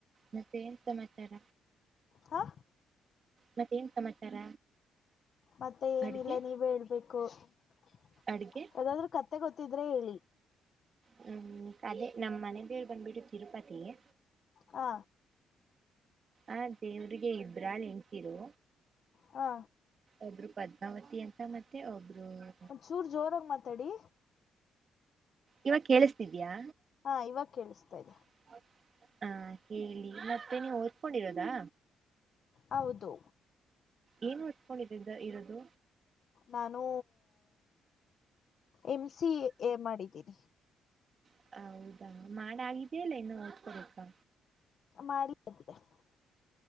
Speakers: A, on the right (about 45°); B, on the left (about 55°).
A: ಮತ್ತೆ ಏನ್ ಸಮಾಚಾರ
B: ಹಾ
A: ಮತ್ತೇನ್ ಸಮಾಚಾರ
B: ಮತ್ತೆ ಏನಿಲ್ಲ
A: ಅಡ್ಗೆ
B: ನೀವ ಹೇಳ್ಬೇಕು <inaudible>
A: ಅಡ್ಗೆ
B: ಯದಾದ್ರು ಕತ್ತೆ ಗೊತ್ತಿದ್ರೆ ಹೇಳಿ
A: ಹ್ಮ್ ಹ್ಮ್ಮ್ ಅದೆ ನಮ್ಮ್ ಮನೆದೇವರ ಬಂದ್ಬಿಟ್ಟು ತಿರುಪತಿಗೆ
B: ಹಾ
A: ಆ ದೇವ್ರಿಗೆ ಇಬ್ರಾಳ್ ಹೆಂತಿರು
B: ಹಾ
A: ಒಬ್ಬರು ಪದ್ಮಾವತಿ ಅಂತಾ. ಮತ್ತೆ ಒಬ್ರು <unintelligible>
B: ಒನ್ ಚೂರ್ ಜೋರಾಗ ಮಾತಾಡಿ
A: ಇವಾಗ ಕೇಳಿಸತಿದ್ಯಾ
B: ಹಾ ಇವಾಗ ಕೇಳಿಸ್ತಾ ಇದೆ
A: <inaudible> ಹಾ ಹೇಳಿ ಮತ್ತೆ ನೀವು ಓದ್ಕೊಂಡಿರೋದಾ.
B: ಹೌದು
A: ಏನ್ ಓದಕೊಂಡ ಇರೋದು
B: ನಾನು ಎಮ ಸಿ ಎ ಮಾಡಿದ್ದೀನಿ
A: <inaudible> ಹೌದಾ ಮಾಡಾಗಿದೆಯಾ ಇಲ್ಲ ಇನ್ನು ಓದಕೊ ಬೇಕಾ
B: ಮಾಡಿ <unintelligible>